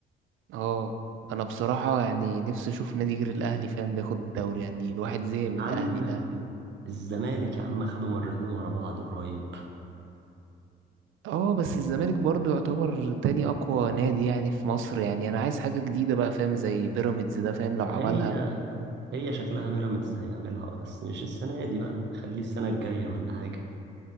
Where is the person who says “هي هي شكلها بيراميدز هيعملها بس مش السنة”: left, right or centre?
Right